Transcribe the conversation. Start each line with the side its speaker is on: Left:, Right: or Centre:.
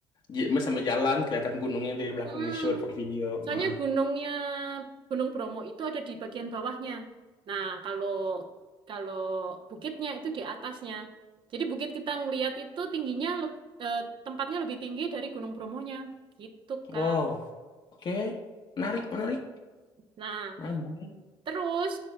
Left: j- sama jalan kelihatan gunungnya dari belakang
Right: mm-mm.
Left: di shoot pakai video.
Right: Soalnya
Left: Nah.
Right: gunungnya Gunung Bromo itu ada di bagian bawahnya. Nah, kalau kalau bukitnya itu di atasnya. Jadi bukit kita ngelihat itu tingginya leb- eh, tempatnya lebih tinggi dari Gunung Bromonya. Gitu, Kak.
Left: Wow. Oke. Menarik, menarik.
Right: Nah,
Left: Ah, baik.
Right: terus